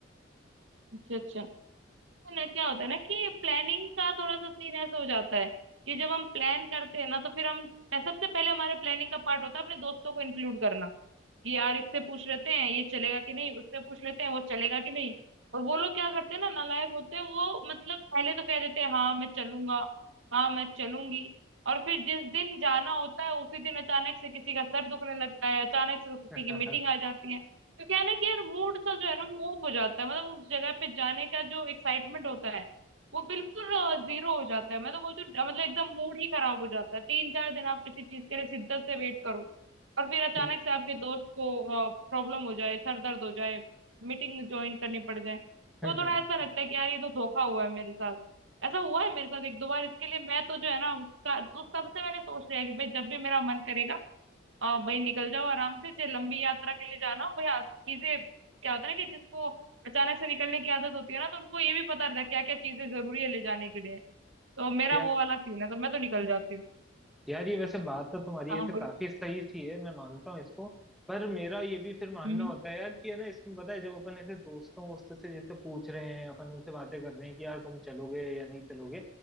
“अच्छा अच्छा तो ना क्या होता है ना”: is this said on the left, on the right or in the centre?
Right